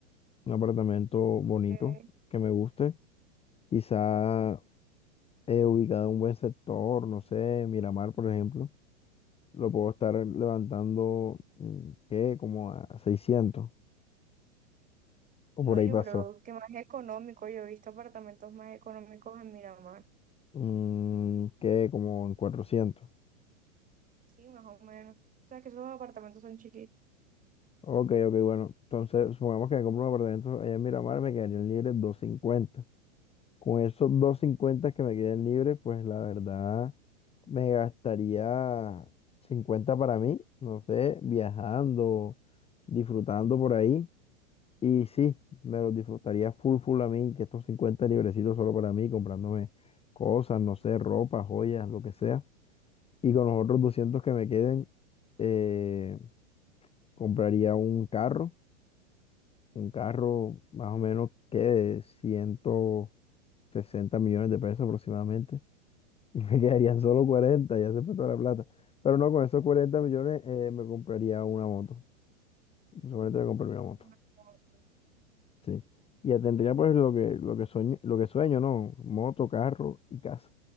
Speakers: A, on the left (about 15°); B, on the right (about 20°).
A: un apartamento bonito
B: ok.
A: que me guste, quizá eh, ubicado en un buen sector, no sé, Miramar, por ejemplo, lo puedo estar levantando, mm, ¿qué? Como a 600 o
B: No,
A: por ahí
B: yo
A: pasó,
B: creo que más económico. Yo he visto apartamentos más económicos en Miramar.
A: mm, ¿qué? Como en 400.
B: Sí, más o menos. O sea, que esos apartamentos son chiquitos.
A: Ok, ok, bueno, entonces supongamos que me compro un apartamento allá en Miramar, me quedarían libres 250. Con esos doscientos cincuenta que me queden libres, pues la verdad me gastaría 50 para mí, no sé, viajando, disfrutando por ahí. Y sí, me los disfrutaría full full a mí, que estos 50 librecitos solo para mí, comprándome cosas, no sé, ropa, joyas, lo que sea. Y con los otros 200 que me queden, eh, compraría un carro, un carro más o menos que de ciento sesenta millones de pesos aproximadamente. Y me <laughs> quedarían solo
B: Ujú,
A: cuarenta ya se fue toda la plata. Pero no, con esos 40 millones eh, me compraría una moto. Seguramente me compraría una moto.
B: una moto.
A: Sí. Y ya tendría pues lo que, lo que sueño, lo que sueño, ¿no? Moto, carro y casa.